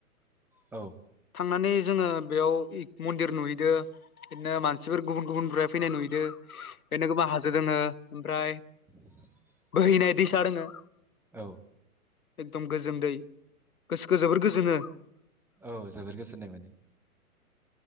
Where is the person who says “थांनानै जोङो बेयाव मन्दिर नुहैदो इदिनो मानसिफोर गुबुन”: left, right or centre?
Left